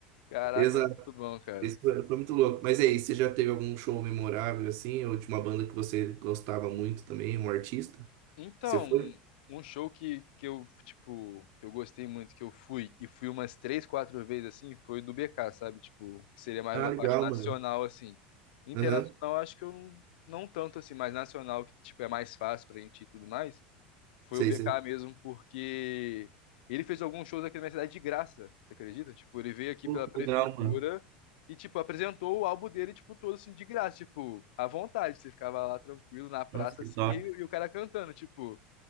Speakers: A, on the left; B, on the right.
A: Caraca,
B: exato.
A: muito bom, cara.
B: Isso foi foi muito louco. Mas aí, você já teve algum show memorável assim, ou de uma banda que você gostava muito também, um artista
A: Então,
B: que você foi?
A: um show que, que eu, tipo, que eu gostei muito, que eu fui, e fui umas três, quatro vezes, assim, foi do BK, sabe? Tipo, que seria mais
B: Ah,
A: uma
B: legal,
A: parte nacional,
B: mano.
A: assim. Internacional,
B: Aham.
A: acho que eu não, não tanto, assim, mas nacional, que, tipo, é mais fácil pra gente ir e tudo mais, foi
B: Sei,
A: o BK
B: sei.
A: mesmo, porque ele fez alguns shows aqui na minha cidade de graça, você acredita? Tipo, ele veio aqui
B: Pô,
A: pela prefeitura
B: que legal, mano.
A: e, tipo, apresentou o álbum dele, tipo, todo assim, de graça, tipo, à vontade. Você ficava lá tranquilo na praça,
B: Nossa, que
A: assim,
B: top.
A: e, e o cara cantando, tipo.